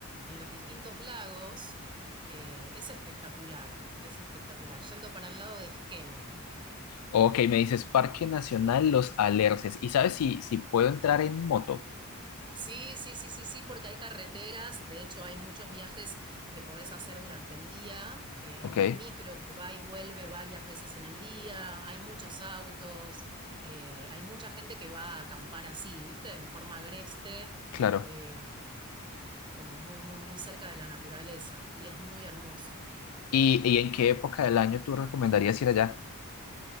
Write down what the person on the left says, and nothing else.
ok. Me dices Parque Nacional Los Alerces. ¿Y sabes si, si puedo entrar en moto?
Ok,
claro.
¿Y, y en qué época del año tú recomendarías ir allá?